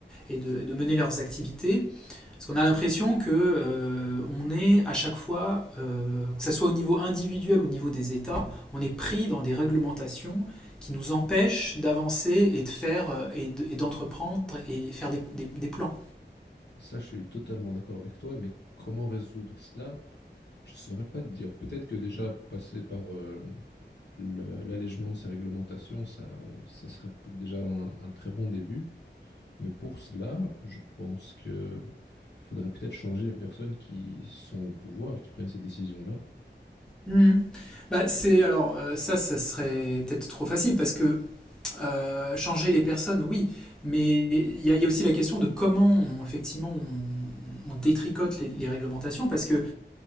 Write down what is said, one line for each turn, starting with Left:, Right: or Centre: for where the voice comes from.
Centre: et de, de, mener leurs activités parce qu'on a l'impression que euh, on est à chaque fois, euh, que ce soit au niveau individuel ou au niveau des États, on est pris dans des réglementations qui nous empêchent d'avancer et de faire euh, et de- et d'entreprendre et faire des, des- des plans.
Left: Ça, je suis totalement d'accord avec toi, mais comment résoudre cela? Je saurais pas te dire. Peut-être que déjà passer par euh, le- l'allègement de ces réglementations, ça, ça serait déjà un, un très bon début. Mais pour cela, je pense que il faudrait peut-être changer les personnes qui sont au pouvoir, qui prennent ces décisions-là.
Centre: Mmh. Bah, c'est alors euh, ça, ça serait peut-être trop facile parce que euh, changer les personnes, oui, mais il y, a- il y a aussi la question de comment on- effectivement on, on détricote les, les réglementations parce que tu